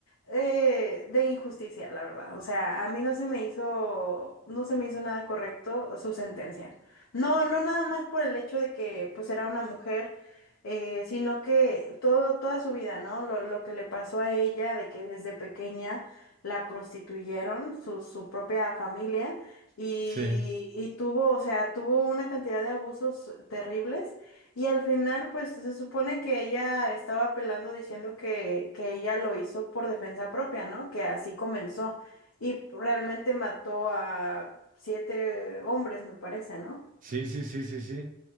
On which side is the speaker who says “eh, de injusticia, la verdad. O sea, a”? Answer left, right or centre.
Left